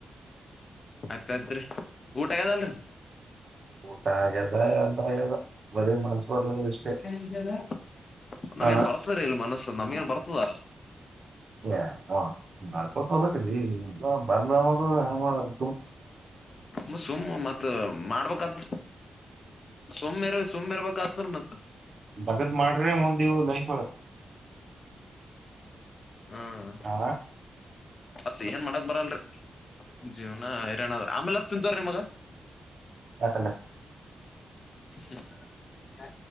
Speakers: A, on the left; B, on the right.
A: ಅತ್ತತ್ರಿ ಊಟ ಆಗ್ಯದಲ್ಲರಿ.
B: ಊಟ ಆಗ್ಯದ ಎಲ್ಲಾ ಆಗ್ಯದ. ಬರೀ ಮನ್ಸ ಬರ್ಲ ಇಷ್ಟೇ
A: ಇದ. <inaudible> ನಮಗೆನ್
B: ಹ
A: ಬರ್ತದ ರಿ ಇಲ್ ಮನಸ್ಸ ನಮ್ಗೇನ್ ಬರ್ತದ.
B: ಏ ಓ ಮಾಡ್ಕೊತ ಹೋಗಬೇಕ್ರೀ ಎಲ್ಲ ಬರ್ಲ ಅನೋದು ಹೆಂಗ ಮಾಡುದು.
A: ಮತ್ ಸುಮ್ಮ್ ಮತ್ತ ಮಾಡ್ಬೇಕಾತ್. ಸುಮ್ಮಿರಲ ಸುಮ್ಮ ಇರ್ಬೇಕ ಆತದ ರಿ ಮತ್ರ.
B: ತಗದ್ ಮಾಡ್ರೆ ಮುಂದ ಇವು ಲೈಫ್
A: ಹ್ಮ್
B: ಹ
A: ಮತ್ತ ಏನ್ ಮಾಡಕ್ ಬರಲ್ರಿ. ಜೀವ್ನ ಹೈರಾಣ್ರ ಆಮೇಲೆ ಹಚ್ತೇನ್ ತಗೋರಿ ನಿಮಗ.
B: ಯಾಕಲೆ.
A: ಹ್ಮ್ಮ್ ಯಾ.